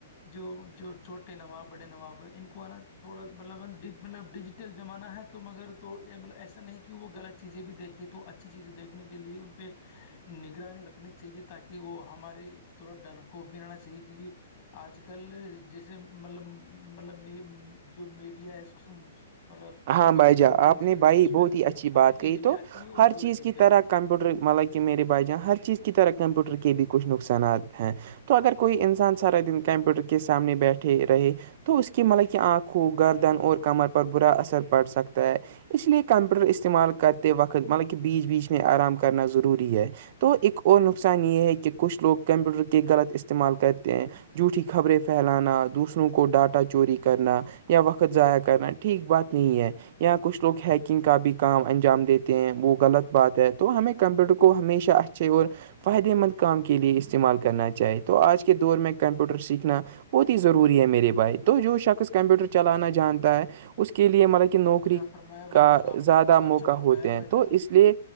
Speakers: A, on the left (about 45°); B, on the right (about 50°).
A: جو جو چھوٹے نواب بڑے نواب ہے ان کو ہے نا تھوڑا مطلب مطلب ڈیجیٹل زمانہ ہے تو مگر تو مطلب ایسا نہیں کہ وہ غط چیزیں بھی دیکھیں تو اچھی چیزیں دیکھنے کے لیے ان پہ
B: <unintelligible>
A: نگرانی رکھنی چاہیے تاکہ وہ ہمارے تورت ڈر کو بھی رہنا چاہیے کیونکہ آج کل جیسے مطلب مطلب جو میڈیا ہے سوشل سوشل
B: ہاں بھائی
A: میڈیا
B: جا
A: جو ریلس
B: آپ نے
A: وغیرہ
B: بھائی
A: اس
B: بہت
A: میں
B: ہی اچھی بات
A: چیز
B: کہی تو
A: بھی آتی ہے اور
B: ہر
A: غلط
B: چیز کی
A: بھی
B: طرح
A: آتی ہے
B: کمپیوٹر مطلب کہ میرے بھائی جان ہر چیز کی طرح کمپیوٹر کے بھی کچھ نقصانات ہیں تو اگر کوئی انسان سارا دن کمپیوٹر کے سامنے بیٹھے رہے تو اس کی مطلب کہ آنکھوں گردن اور کمر پر برا اثر پڑ سکتا ہے اس لیے کمپیوٹر استعمال کرتے وقت مطلب کہ بیچ بیچ میں آرام کرنا ضروری ہے تو ایک اور نقصان یہ ہے کہ کچھ لوگ کمپیوٹر کے غلط استعمال کرتے ہیں جھوٹیھی خبریں پھیلانا دوسروں کو ڈاٹا چوری کرنا یا وقت ضائع کرنا ٹھیک بات نہیں ہے یا کچھ لوگ ہیکنگ کا بھی کام انجام دیتے ہیں وہ غلط بات ہے تو ہمیں کمپیوٹر کو ہمیشہ اچھے اور فائدے مند کام کے لیے استعمال کرنا چاہے تو آج کے دور میں کمپیوٹر سیکھنا بہت ہی ضروری ہے میرے بھائی تو جو شخص کمپیوٹر چلانا جانتا ہے اس کے لیے مطلب نوکری
A: کیا فرمایا بھائی
B: کا
A: جان آپ
B: زیادہ
A: نے بہت
B: موقع
A: اچھا فرمایا
B: ہوتے ہیں
A: بھائی جان
B: تو اس اس لیے